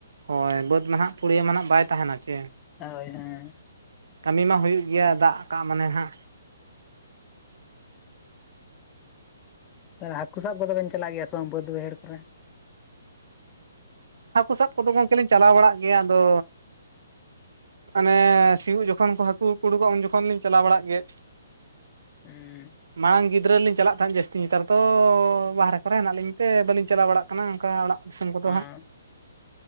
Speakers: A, on the right; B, on the left.
A: ᱦᱳᱭ ᱵᱟᱹᱫᱽ ᱢᱟᱦᱜ ᱯᱩᱲᱭᱟᱹ ᱢᱟᱦᱜ ᱵᱟᱭ ᱛᱟᱦᱮᱱᱟ ᱪᱮ
B: ᱦᱳᱭ ᱦᱮᱸ
A: ᱠᱟᱹᱢᱤ ᱢᱟ ᱦᱩᱭᱩᱜ ᱜᱮᱭᱟ ᱫᱟᱜ ᱠᱟᱜ ᱢᱟᱱᱮ ᱦᱟᱸᱜ
B: ᱛ ᱦᱟᱹᱠᱩ ᱥᱟᱵ ᱠᱚᱫᱚᱵᱮᱱ ᱪᱟᱞᱟᱜ ᱜᱮᱭᱟ ᱥᱮ ᱵᱟᱝ ᱵᱟᱹᱫ ᱵᱟᱹᱭᱦᱟᱹᱲ ᱠᱚᱨᱮ
A: ᱦᱟᱹᱠᱩ ᱥᱟᱵ ᱠᱚᱫᱚ ᱜᱚᱝᱠᱮ ᱞᱤᱧ ᱪᱟᱞᱟᱣ ᱵᱟᱲᱟᱜ ᱜᱮᱭᱟ ᱟᱫᱚ ᱢᱟᱱᱮ ᱥᱤᱭᱳᱜ ᱡᱚᱠᱷᱚᱱ ᱠᱚ ᱦᱟᱹᱠᱩ ᱠᱩ ᱩᱰᱩᱠᱚᱜᱼᱟ ᱩᱱ ᱡᱚᱠᱷᱚᱱ ᱞᱤᱧ ᱪᱟᱞᱟᱣ ᱵᱟᱲᱟᱜ ᱜᱮ
B: ᱦᱩᱸ
A: ᱢᱟᱲᱟᱝ ᱜᱤᱫᱽᱨᱟᱹ ᱞᱤᱧ ᱪᱟᱞᱟᱜ ᱛᱟᱦᱮᱸᱫ ᱡᱟᱹᱥᱛᱤ ᱱᱮᱛᱟᱨ ᱛᱚ ᱵᱟᱦᱨᱮ ᱠᱚᱨᱮ ᱦᱮᱱᱟᱜ ᱞᱤᱧ ᱛᱮ ᱵᱟᱹᱞᱤᱧ ᱪᱟᱞᱟᱣ ᱵᱟᱲᱟᱜ ᱠᱟᱱᱟ ᱚᱱᱠᱟ ᱚᱲᱟᱜ ᱫᱤᱥᱚᱢ ᱠᱚᱫᱚ
B: ᱦᱮᱸ
A: ᱦᱟᱸᱜ